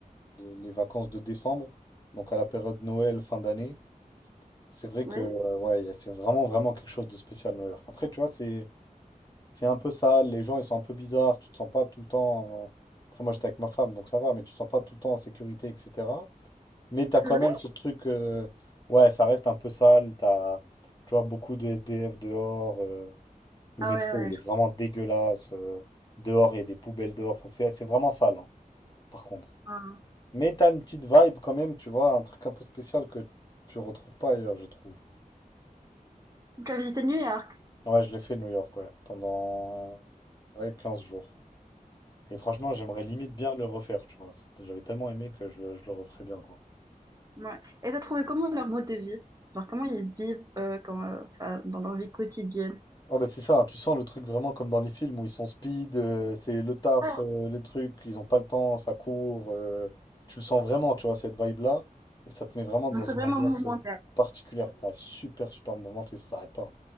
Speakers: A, on the left; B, on the right.
A: les, les vacances de décembre, donc à la période Noël, fin d'année. C'est vrai
B: oui.
A: que euh, ouais, y a- c'est vraiment vraiment quelque chose de spécial New York. Après, tu vois, c'est c'est un peu sale, les gens ils sont un peu bizarres, tu te sens pas tout le temps. euh, Après, moi j'étais avec ma femme, donc ça va, mais tu te sens pas tout le temps en sécurité, etc. Mais t'as quand
B: C'est vrai?
A: même ce truc, euh, ouais, ça reste un peu sale, t'as, tu vois, beaucoup de SDF dehors. euh, le
B: Ah
A: métro,
B: ouais, ouais.
A: il
B: je
A: est vraiment dégueulasse. euh, dehors, il y a des poubelles dehors. Enfin, c'est, c'est vraiment sale, hein, par contre.
B: crois.
A: Mais t'as une petite vibe quand même, tu vois, un truc un peu spécial que tu retrouves pas ailleurs, je trouve.
B: Tu as visité New York.
A: Ouais, je l'ai fait New York, ouais, pendant ouais, 15 jours. Et franchement, j'aimerais limite bien le refaire, tu vois. C'était- J'avais tellement aimé que je, je le referais bien, quoi.
B: Ouais. Et t'as trouvé comment leur mode de vie? Genre, comment ils vivent euh, quand, euh, enfin, dans leur vie quotidienne?
A: Oh ben c'est ça, hein. tu sens le truc vraiment comme dans les films où ils sont speed, euh, c'est le taf,
B: Ouais.
A: euh, les trucs, ils ont pas le temps, ça court. euh, tu le sens vraiment, tu vois, cette vibe-là. Et ça te met vraiment
B: Non,
A: dans
B: c'est
A: une
B: vraiment
A: ambiance
B: mouvementé.
A: euh, particulière. Ah, super, super mouvementée, ça s'arrête pas.